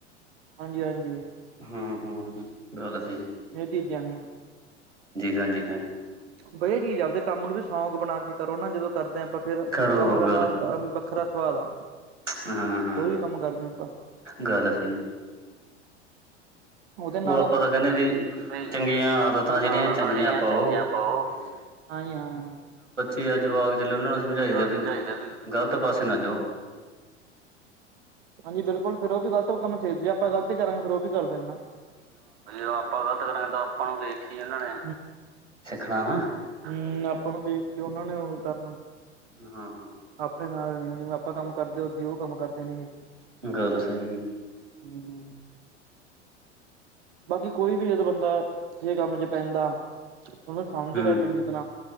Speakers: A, on the right; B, on the right.
A: ਹਾਂਜੀ-ਹਾਂਜੀ।
B: ਹੂੰ-ਹੂੰ, ਗੱਲ ਸਈ ਏ।
A: ਇਹ ਚੀਜ਼ਾਂ ਨੇ,
B: ਹਾਂਜੀ ਹਾਂਜੀ
A: ਬਈਐ ਕੀ ਆਪਦੇ ਕੰਮ ਨੂੰ ਵੀ ਸੌਂਕ ਬਣਾ ਕੇ ਕਰੋ ਨਾ ਜਦੋਂ ਕਰਦੇ ਆਂ ਆਪਾਂ ਫੇਰ
B: ਕਰੋ
A: ਕੰਮ ਕਰਨਾ ਵੱਖਰਾ ਸਵਾਲ ਆ।
B: ਹਾਂ-ਹਾਂ
A: ਕੋਈ ਵੀ ਕੰਮ ਕਰਦੇ ਆਪਾਂ
B: ਗੱਲ ਸਈ
A: ਔਦੇ ਨਾਲੋਂ
B: ਉਹ ਆਪਾਂ ਤਾਂ ਕਹਿੰਦੇ ਵੀ
A: ਹੀ
B: ਚੰਗੀਆਂ ਆਦਤਾਂ ਜਿਹੜੀਆਂ
A: ਆਦਤਾਂ
B: ਚੰਗੀਆਂ
A: ਜੇੜੀਆਂ
B: ਪਾਓ
A: ਚੰਗੀਆਂ ਪਾਔ। ਹਾਂ ਜੀ, ਹਾਂ।
B: ਏ ਆ ਜਵਾਕ ਜਿੱਲੇ ਔਨਾਂ ਨੂੰ ਸਮਝਾਈ ਦੈ
A: ਨੂੰ
B: ਵੀ
A: ਸਮਝਾਈਦਾ ਤੁਸੀਂ
B: ਗ਼ਲਤ ਪਾਸੇ ਨਾ ਜਾਔ।
A: ਹਾਂਜੀ, ਬਿਲਕੁਲ ਫੇਰ ਔਦੀ ਗਲ ਤੋਂ ਕੰਮ ਫੇਰ ਵੀ ਆਪਾਂ ਗਲਤੀ ਕਰਾਂਗੇ ਫਿਰ ਔ ਵੀ ਕਰ ਦਿੰਨਾ। ਜੇ ਆਪਾਂ ਗਲਤ ਕਰਾਂਗੇ ਤਾਂ ਆਪਾਂ ਨੂੰ ਵੇਖੀ ਏਨਾਂ ਨੇ
B: ਸਿੱਖਣਾ ਵਾ
A: ਹਮ ਆਪਾਂ ਨੂੰ ਦੇਖ ਕੇ ਉਹਨਾਂ ਨੇ ਉਹ ਕਰਨਾ
B: ਹਾਂ <unintelligible>
A: ਆਪਣੇ ਨਾਲ ਨੇ ਉਹ ਜਿਵੇਂ ਆਪਾਂ ਕੰਮ ਕਰਦੇ ਉਓਦੀ ਉਹ ਕੰਮ ਕਰਦੇ ਨੇਗੇ।
B: ਗੱਲ ਸਹੀ ਹੈ।
A: ਹੂੰ, ਬਾਕੀ ਕੋਈ ਵੀ ਜਦੋਂ ਬੰਦਾ ਕਿਸੇ ਕੰਮ ਚ ਪੈਂਦਾ, ਉਹਨੂੰ ਸਮਝਦਾ
B: ਹੂੰ
A: ਚੰਗੀ ਤਰ੍ਹਾਂ।